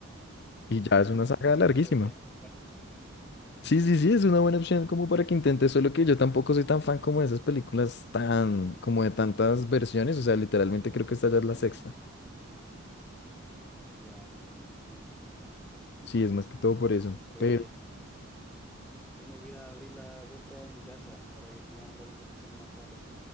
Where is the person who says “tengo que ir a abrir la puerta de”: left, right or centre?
Centre